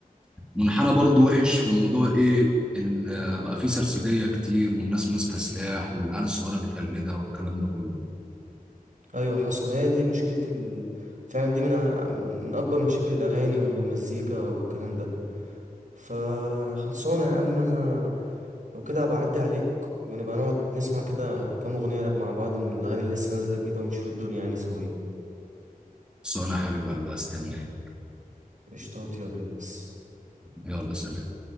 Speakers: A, in the centre; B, on the right.
A: منحنى برضو وحش في موضوع ايه ال- بقى فيه سرسجية كتير والناس ماسكة سلاح والعيال الصغيرة بتقلدها والكلام ده كله
B: ايوه حصل هي دي مشكله ال... فعلا دي من أه- من اكبر مشاكل الاغاني والمزيكا والكلام ده فخلصانه يا عم انا لو كده هبقى اعدي عليك ونبقى نقعد نسمع كده كام اغنيه راب مع بعض من الاغاني اللي لسه نازله جديده ونشوف الدنيا يعني سوا ايه
A: بس انا يا حبيب قلبي استناك
B: قشطات يا برنس
A: يلا سلام